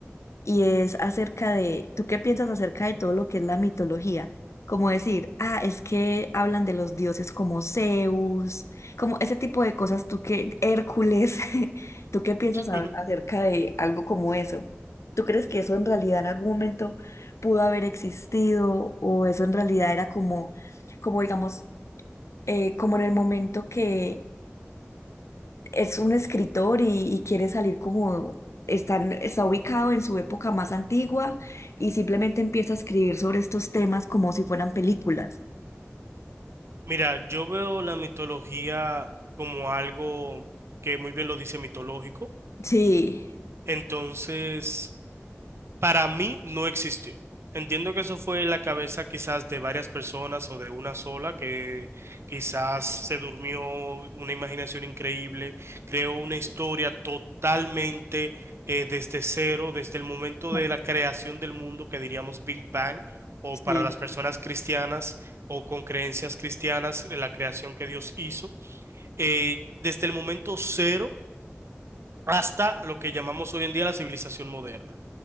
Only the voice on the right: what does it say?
ujú.
Mira, yo veo la mitología como algo que muy bien lo dice mitológico.
Entonces, para mí no existió. Entiendo que eso fue en la cabeza quizás de varias personas o de una sola que quizás se durmió una imaginación increíble, creó una historia totalmente eh, desde cero, desde el momento
de la creación del mundo que diríamos Big Bang o para
las personas cristianas o con creencias cristianas, eh, la creación que Dios hizo, eh, desde el momento cero hasta lo que llamamos hoy en día la civilización moderna.